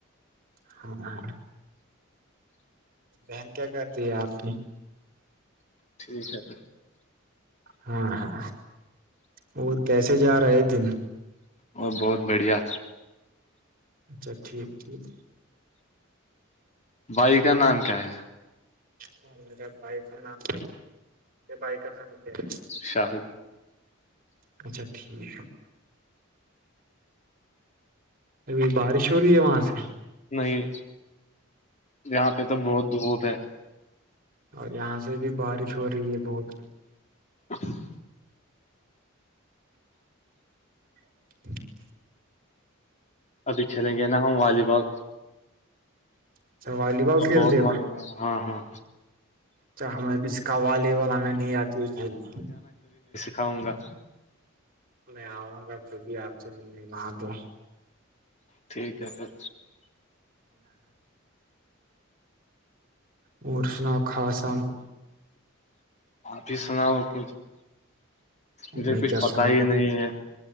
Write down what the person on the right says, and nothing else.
ہاں ہاں بہن کیا کرتی ہے آپ کی
ہاں ہاں اور کیسے جا رہے دن
اچھا ٹھیک ٹھیک
ہاں میرا بائ کا نام بائی کا نام کیا ہے
اچھا ٹھیک ابھی بارش ہو رہی ہے وہاں سے
اور یہاں سے بھی بارش ہو رہی ہے بہت
ہ
اچھا والی بال
کھیلتے
چاہ ہم میں بھی قوالی وال ہمیں نہیں آتی ہے گھر میں
نہیں آ کا چ بھی آس نہیں ہ تو
اور سنا خاصا
میں
کیا
سناؤں